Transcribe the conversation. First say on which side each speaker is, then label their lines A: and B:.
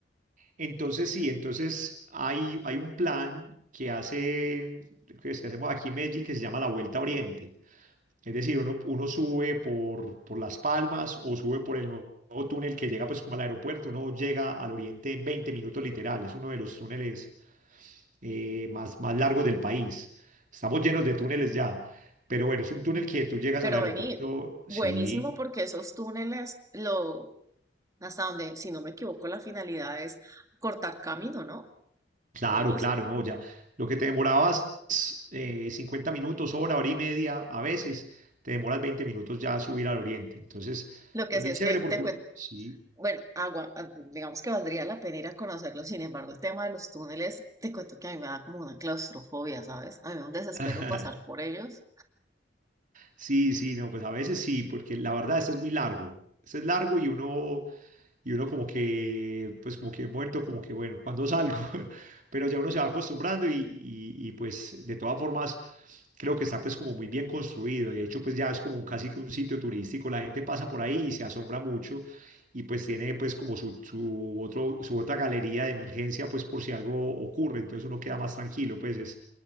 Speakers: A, on the right (about 45°); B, on the right (about 20°).
A: Entonces sí, entonces hay, hay un plan que hace, que es que hacemos aquí en Medellín que se llama la Vuelta a Oriente. Es decir, uno, uno sube por, por Las Palmas o sube por el nuevo túnel que llega pues como al aeropuerto. Uno llega al Oriente en 20 minutos literal. Es uno de los túneles eh, más, más largos del país. Estamos llenos de túneles ya. Pero bueno, es un túnel que tú llegas
B: Pero
A: al aeropuerto.
B: vení, buenísimo
A: Sí,
B: porque esos túneles, lo, hasta donde, si no me equivoco, la finalidad es cortar camino, ¿no?
A: claro,
B: Buenísimo.
A: claro, no, ya. Lo que te demorabas eh, 50 minutos, hora, hora y media, a veces te demoras 20 minutos ya a subir al oriente. Entonces,
B: Lo que
A: es muy
B: sí es
A: chévere
B: que
A: porque
B: te cuento,
A: uno, sí,
B: bueno, agua, ah, digamos que valdría la pena ir a conocerlo, sin embargo, el tema de los túneles, te cuento que a mí me da como una claustrofobia, ¿sabes? A mí me da un desespero
A: <laughs>
B: pasar por ellos.
A: sí, sí, no, pues a veces sí, porque la verdad, este es muy largo. Este es largo y uno y uno como que, pues como que muerto, como que bueno, ¿cuándo salgo? <laughs> Pero ya uno se va acostumbrando y, y, y, pues de todas formas creo que está pues como muy bien construido. De hecho, pues ya es como un, casi que un sitio turístico. La gente pasa por ahí y se asombra mucho y pues tiene pues como su, su otro, su otra galería de emergencia pues por si algo ocurre. Entonces uno queda más tranquilo, pues es